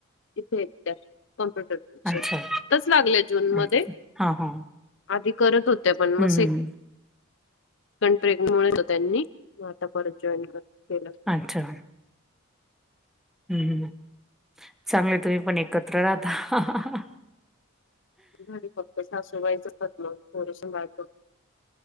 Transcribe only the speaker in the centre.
अच्छा
हं, हां, हां.
हं,
हं.
अच्छा हम्मं चांगले तुम्हीं पणं एकत्रं राहतां